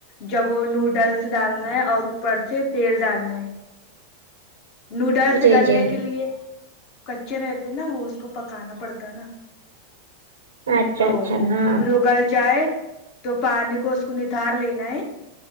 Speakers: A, on the left; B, on the right.
A: جب وہ نوڈلس ڈالنا ہے اور اوپر سے تیل ڈالنا ہے نوڈلس
B: جی
A: گلنے
B: جی
A: کے لیے کچے رہتے نا وہ اس کو پکانا پڑتا نا
B: اچھا
A: توپھروہ
B: اچھا ہاں
A: گل جائے تو پانی کو اس کو نتھار لینا ہے